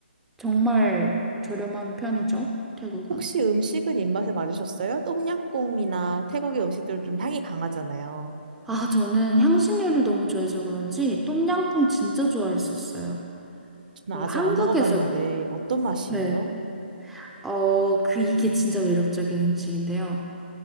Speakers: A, in the centre; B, on the right.
A: 정말 저렴한 편이죠. 태국은.
B: 혹시 음식은 입맛에 맞으셨어요? 똠양꿍이나 태국의 음식들은 좀 향이 강하잖아요.
A: 아, 저는 향신료를 너무 좋아해서 그런지, 똠양꿍 진짜 좋아했었어요.
B: 저는
A: 그리고
B: 아직
A: 한국에서,
B: 안 먹어봤는데, 어떤 맛이에요?
A: 네. 어, 그, 이게 진짜 매력적인 음식인데요.